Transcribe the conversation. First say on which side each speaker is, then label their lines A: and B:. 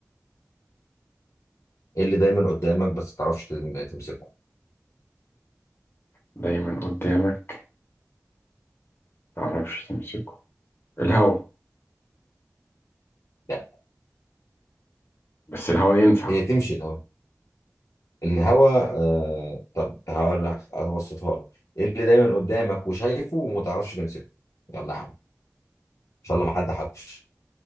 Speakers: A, on the left; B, on the left.
A: إيه اللي دايما قدامك بس تعرفش تم- تمسكه
B: دايما قدامك متعرفش تمسكه الهوا
A: لا
B: بس الهوا ينفع
A: هي تمشي الهوا الهوا آه طب هقول لك ابسطها لك إيه اللي دايما قدامك وشايفه وما تعرفش تمسكه يلا يا عم ان شاء الله ما حد حوش